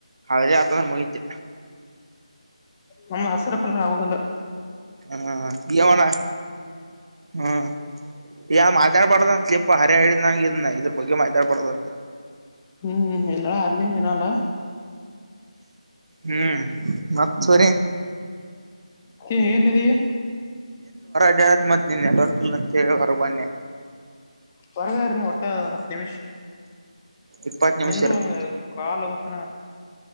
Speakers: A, on the right (about 55°); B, on the left (about 20°).
A: ಹಳದಿ ಆಯ್ತ್ ಅಂದ್ರೆ ಮುಗಿತು
B: ನಮ್ಮ ಹಸಿರು ಕಲ್ಲ ಆಗುದಲ್ಲ
A: ಹ್ಮ ವಣ ಹ್ಮ್ ಯ ಮಾರಾಡ್ಬಾರ್ಡ್ ಲ್ಯಾಪ್ಪ ಹರೇ ಹೇಳಿದ ನಂಗ ಇದನ್ನ ಇದ್ರ ಬಗ್ಗೆ ಮಾತಾಡ್ಬಾರದಂತ
B: ಹ್ಮ್ ಎಲ್ಲ ಆದ್ನೇನಿರಲ್ಲ
A: ಹ್ಮ್ ಮತ್ ಸೂರಿ
B: ನಿ ಎಲ್ಲಿದ್ಯಾ
A: ಅದ್ ಮತ್ ನಿನ್ ನೆಟ್ವರ್ಕ್ ಇಲ್ಲಾಂಟೆಲ್ ಹೊರಗ್ ಬಂದ್ನೇ
B: ಹೊರಗಾರು ನಿ ಒಟ್ಟ ಹತ್ತು ನಿಮಿಷ್
A: ಇಪ್ಪತ್ ನಿಮಿಷ
B: ನಿಂದು
A: ಇರ್ತಂತ
B: ಒ ಕಾಲಗತನಾ